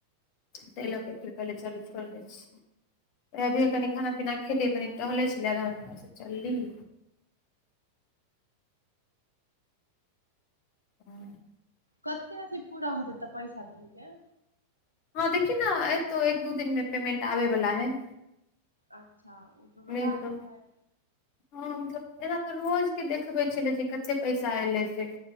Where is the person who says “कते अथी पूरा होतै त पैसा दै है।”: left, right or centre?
Left